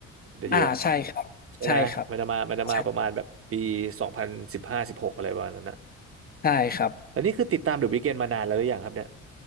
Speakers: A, on the right; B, on the left.
A: The
B: อ่าใช่ครับใช่ครับ
A: Hill อะใช่ไหมมันจะมามันจะมาประมาณแบบปีสองพันสิบห้าสิบหกอะไรประมาณนั้นนะ
B: ใช่ใช่ครับ
A: แล้วนี่คือติดตาม The Weeknd มานานแล้วหรือยังครับเนี่ย